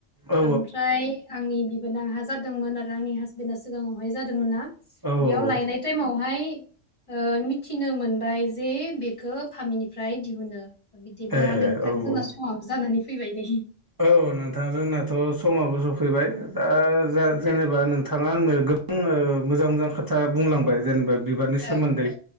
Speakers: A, on the right; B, on the left.
A: औ
B: आमफ्राय आंनि बिबोना आंहा जादोंमोन आरो हासबेन्डआ सिगाङावहाय जादोंमोनना बेयाव
A: औ औ
B: लायनाय टाइमावहाय ओ मिथिनो मोनबाय जे बेखो फामिनिफ्राय दिहुनो बिदिब्ला
A: ए
B: नोंथां
A: औ
B: जोंना
A: औ
B: समाबो जानानै फैबाय नै
A: औ नोंथां जोंनाथ' समाबो सफैबाय दा जा जे बा नोंथाङा आंनो गोबांनो मोजां मोजां खोथा बुंलांबाय जेनेबा बिबारनि
B: औ
A: सोन्दै